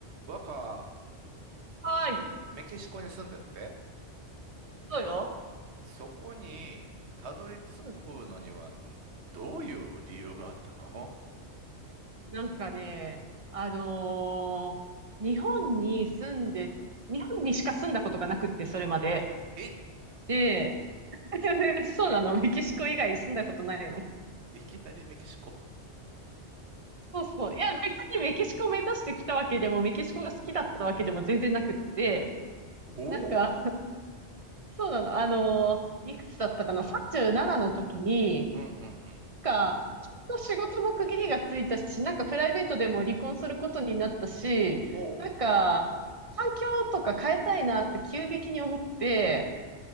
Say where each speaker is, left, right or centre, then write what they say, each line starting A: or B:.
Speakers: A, on the right; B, on the right.
A: 若、
B: はい。
A: メキシコに住んでるって、
B: そうよ。
A: そこにたどり着くのにはんどういう理由があったの
B: うん。なんかね、あのー日本に住んで、日本にしか住んだことがなくって、それまで。
A: え、
B: で、<laughs> そうなの、メキシコ以外住んだことないの。
A: いきなりメキシコ。
B: そうそう。いや、別にメキシコを目指してきたわけでも、メキシコが好きだったわけでも全然なくって、
A: おお。
B: なんか、そうなの、あのーいくつだったかな ?37 の時に、
A: うんうんうん。
B: か、きっと仕事の区切りがついたし、なんかプライベートでも離婚することになったし、
A: ほ
B: なんか、環境とか変えたいなって急激に思って、